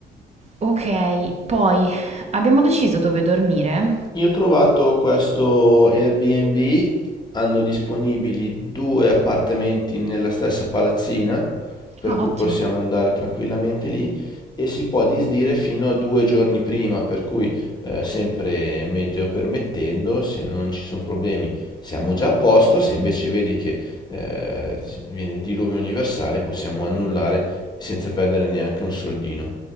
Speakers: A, on the right (about 35°); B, on the left (about 20°).
A: Ok, poi abbiamo deciso dove dormire?
B: Io ho trovato questo Airbnb, hanno disponibili due appartamenti nella stessa palazzina, per
A: Ah,
B: cui
A: ottimo.
B: possiamo andare tranquillamente lì e si può disdire fino a due giorni prima, per cui eh, sempre meteo permettendo, se non ci sono problemi siamo già a posto, se invece vedi che eh, viene il diluvio universale possiamo annullare senza perdere neanche un soldino.